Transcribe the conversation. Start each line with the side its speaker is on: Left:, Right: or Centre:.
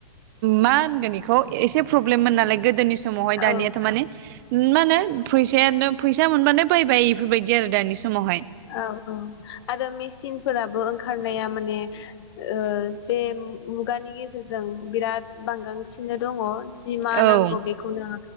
Right: मा होनगोन इखौ एसे प्रब्लेममोन नालाय गोदोनि समावहाय
Left: औ
Right: दानियाथ' माने मा होनो फैसायानो फैसा मोनबानो बायबाय इफोरबायदि आरो दानि समावहाय
Left: औ औ आरो मेचिनफोराबो ओंखारनाया माने ओ बे मुगानि गेजेरजों बिराद बांगांसिनो दङ'। जि
Right: औ
Left: मा नांगौ बेखौनो